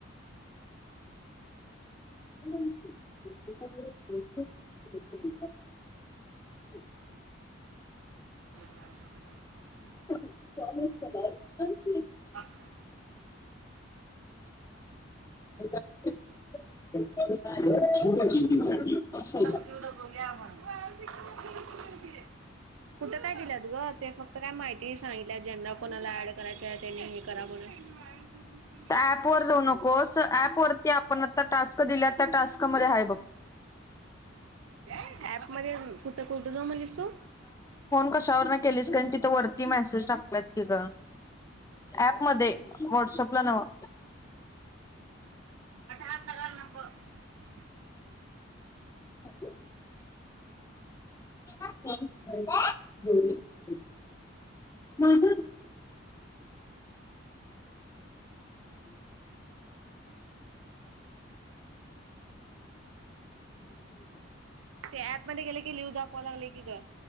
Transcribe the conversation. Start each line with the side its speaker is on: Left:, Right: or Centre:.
Left: <unintelligible>
Right: <inaudible>
Left: <unintelligible>
Right: अच्छा.
Left: <unintelligible>
Right: बघूया बा वाळत की <unintelligible> कुठं काय दिल्यात गं ते फक्त काय माहिती, ती सांगितल्या, ज्यांना कोणाला ऍड करायच आहे त्यांनी हे करा म्हणून.
Left: ऍप वर जाऊ नकोस, ऍप वरती आपण आता टास्क दिल्यात त्या टास्कमध्ये आहे बघ.
Right: ऍप मध्ये कुठं कुठं जाऊ म्हणलीस तू?
Left: कशावरनं केलीस का नाही तिथं वरती मेसेज टाकतात की ग ॲप मध्ये व्हाट्सअप ला नवं
Right: <unintelligible>
Left: <inaudible> <unintelligible> माझ
Right: ते ऍप मध्ये गेले की लिव्ह दाखवा लागले की ग